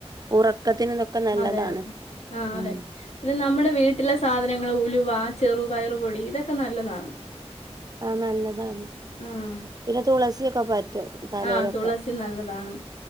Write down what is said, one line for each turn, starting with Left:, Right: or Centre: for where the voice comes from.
Right: ഉറക്കത്തിന് നല്ലതാണ്
Left: അതെ അതെ ആ
Right: ഉം
Left: അതെ. പിന്നെ നമ്മുടെ വീട്ടിലെ സാധനങ്ങൾ ഉലുവ ചെറു പയറുപൊടി ഇതൊക്കെ നല്ലതാണ്.
Right: ആഹ് നല്ലതാണ്
Left: ആഹ്
Right: പിന്നെ തുളസിയൊക്കെ പറ്റും. തലയിലൊക്കെ
Left: ആഹ് തുളസി നല്ലതാണ്